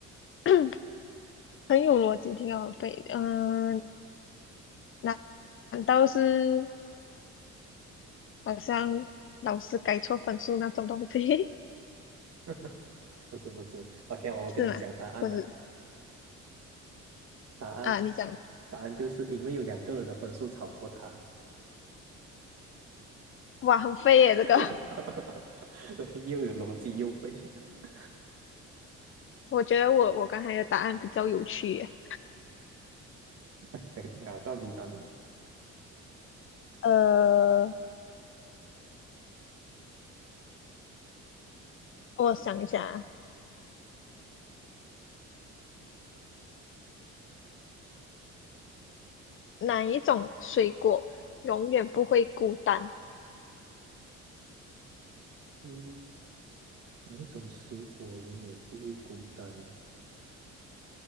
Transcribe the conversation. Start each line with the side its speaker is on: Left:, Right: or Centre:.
Left: <clears throat> 很有逻辑，挺好背的。嗯、呃难难道是好像老师改错分数那种东西
Right: <laughs> 不是不是，OK，我跟你讲答案了。
Left: <laughs> 是吗？不是
Right: 答案
Left: 啊，你讲
Right: 答案就是因为有两个人的分数超过他。
Left: 哇，很飞耶！
Right: <laughs>
Left: 这个，<laughs>
Right: 对，又有逻辑又肥。<laughs>
Left: 我觉得我我刚才的答案比较有趣耶。
Right: OK OK，好，到你到你。
Left: 呃，我想一下啊哪一种水果永远不会孤单？
Right: 嗯。哪一种水果永远不会孤单？